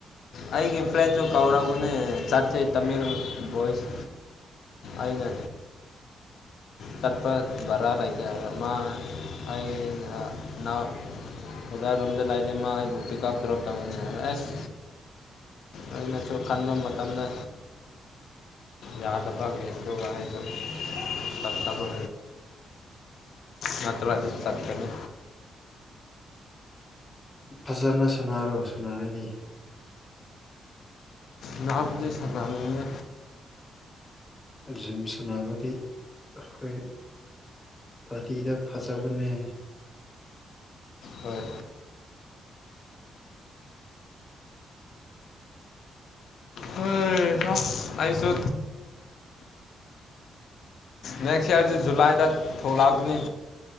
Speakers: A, on the left; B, on the left.
A: ꯑꯩꯒꯤ ꯐ꯭ꯔꯦꯟꯁꯨ ꯀꯥꯎꯔꯛꯔꯕꯅꯦ ꯆꯠꯁꯦ ꯇꯥꯃꯤꯜ ꯚꯣꯏꯁ ꯑꯅ ꯇꯠꯄ ꯔꯥꯔ ꯑꯥꯏꯇꯥ ꯃꯥ ꯑꯩ ꯅ ꯎꯗꯥꯔꯣꯝꯗ ꯂꯥꯏꯖ ꯑꯃ ꯑꯩꯕꯨ ꯄꯤꯛꯑꯞ ꯗ꯭ꯔꯣꯞ ꯇꯧꯕꯅꯤ ꯍꯥꯏ ꯑꯦꯁ ꯑꯩꯅꯁꯨ ꯈꯟꯕ ꯃꯇꯝꯗ ꯌꯥꯗꯕ ꯌꯦꯗꯒ ꯍꯥꯏꯗꯠꯇꯕ ꯃꯥ ꯇ꯭ꯔ ꯑꯗꯨ ꯆꯇꯅ
B: ꯐꯖꯅ ꯁꯥꯟꯅꯔꯣ ꯁꯅꯔꯗꯤ
A: ꯉꯅꯥꯕꯨꯖꯗꯤ ꯁꯥꯟꯅꯅꯦ
B: ꯖꯤꯝ ꯁꯅꯥꯕꯗꯤ ꯑꯩꯈꯣꯏ ꯐꯇꯤꯗ ꯐꯖꯕꯅꯦ
A: ꯍꯣꯏ ꯎꯝ ꯅ ꯑꯩꯁꯨ ꯅꯦꯛꯁ ꯌꯔꯁꯤ ꯖꯨꯂꯥꯏꯗ ꯊꯣꯂꯛꯅꯤ